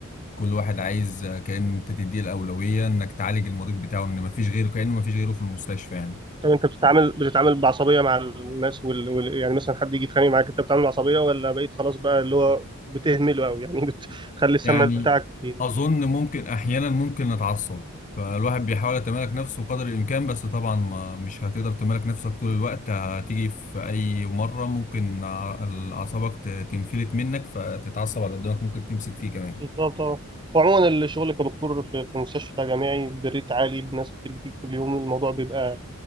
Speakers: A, on the left; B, on the right.
A: كل واحد عايز كأن انت تديه الأولوية انك تعالج المريض بتاعه ان ما فيش غيره كأنه ما فيش غيره في المستشفى يعني
B: طب انت بتتعامل بتتعامل بعصبيه مع الناس وال... وال... يعني مثلا حد يجي يتخانق معاك انت بتتعامل بعصبيه ولا بقيت خلاص بقى اللي هو بتهمله قوي يعني <laughs> بتخلي السمع
A: يعني
B: بتاعك ي-
A: أظن ممكن أحيانا ممكن نتعصب فالواحد بيحاول يتمالك نفسه قدر الإمكان بس طبعا ما مش هتقدر تمالك نفسك طول الوقت هتيجي في أي مرة ممكن ع- أعصابك ت- تنفلت منك فتتعصب على اللي قدامك ممكن تمسك فيه كمان
B: بالظبط اه وعموما الشغل كدكتور في في مستشفى جامعي بريت عالي بناس كتير بتيجي كل يوم الموضوع بيبقى